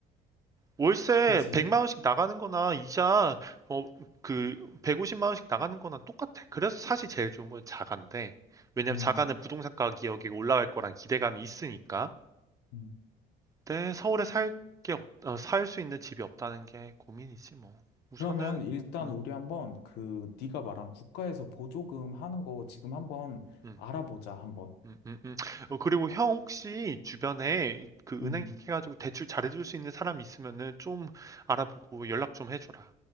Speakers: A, on the right (about 20°); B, on the left (about 80°).
A: 월세
B: 그치?
A: 100만 원씩 나가는 거나 이자 뭐그 150만 원씩 나가는 거나 똑같아. 그래서 사실 제일 좋은 건 자가인데 왜냐면
B: 음.
A: 자가는 부동산 가격이 올라갈 거란 기대감이 있으니까.
B: 음.
A: 근데 서울에 살게 살 수 있는 집이 없다는 게 고민이지 뭐. 우선은
B: 그러면 일단
A: 음,
B: 우리 한번 그 네가 말한 국가에서 보조금 하는 거 지금 한번
A: 음.
B: 알아보자, 한번.
A: 음, 음, 음. 어, 그리고 형 혹시 주변에 그
B: 음,
A: 은행 쪽 해가지고 대출 잘해줄 수 있는 사람 있으면은 좀 알아보고 연락 좀 해줘라.